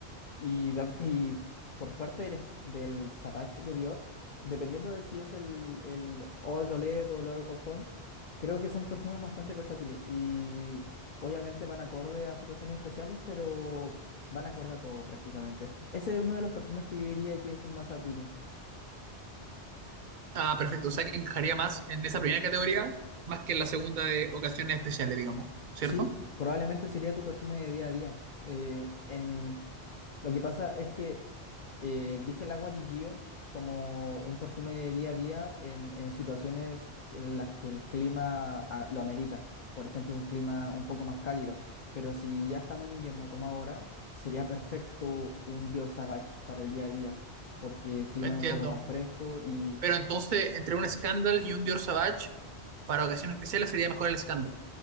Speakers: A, on the left (about 55°); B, on the right (about 55°).
A: Y, da- y por parte del, del Savage de Dior, dependiendo de si es el, el Eau de Toilette o el Eau de Parfum, creo que son perfumes bastante versátiles y obviamente van acorde a situaciones especiales, pero van acorde a todo prácticamente. Ese es uno de los perfumes que yo diría que es un más appealing.
B: Ah, perfecto. O sea que encajaría más en esa primera categoría, más que en la segunda de ocasiones especiales, digamos, ¿cierto?
A: Sí, probablemente sería tu perfume de día a día. Eh, en, Lo que pasa es que eh, dije el agua di Gio como un perfume de día a día en, en situaciones en las que el clima ah, lo amerita. Por ejemplo, un clima un poco más cálido. Pero si ya estamos en invierno como ahora, sería perfecto un Dior Sauvage para el día a día, porque el clima
B: Entiendo.
A: es un poco más fresco y
B: Pero entonces, entre un Scandal y un Dior Savage, para ocasiones especiales sería mejor el Scandal.